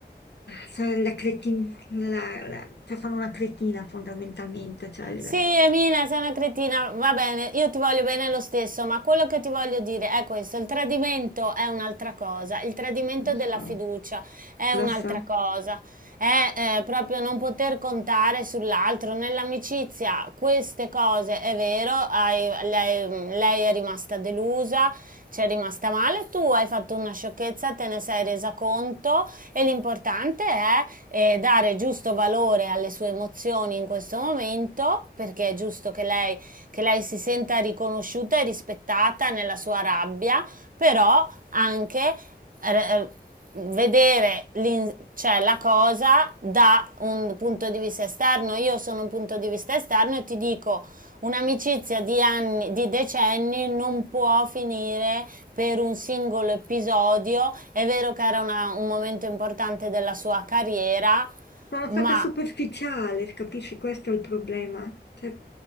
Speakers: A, on the left; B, on the right.
A: cioè, la cretin- la- la- cioè, sono una cretina fondamentalmente, cioè, il-
B: Sì, Emina, sei una cretina, va bene, io ti voglio bene lo stesso, ma quello che ti voglio dire è questo, il tradimento è un'altra cosa, il tradimento
A: non
B: della
A: so,
B: fiducia è
A: lo
B: un'altra
A: so.
B: cosa, è eh, proprio non poter contare sull'altro, nell'amicizia queste cose è vero, hai- lei, lei è rimasta delusa, ci è rimasta male, tu hai fatto una sciocchezza, te ne ne sei resa conto e l'importante è eh, dare giusto valore alle sue emozioni in questo momento, perché è giusto che lei, che lei si senta riconosciuta e rispettata nella sua rabbia, però anche... eh, eh, vedere l'in- cioè, la cosa da un punto di vista esterno. Io sono un punto di vista esterno e ti dico Un'amicizia di anni, di decenni non può finire per un singolo episodio. È vero che era una- un momento importante della sua carriera,
A: Sono
B: ma
A: stata superficiale, capisci? Questo è il problema. Cioè,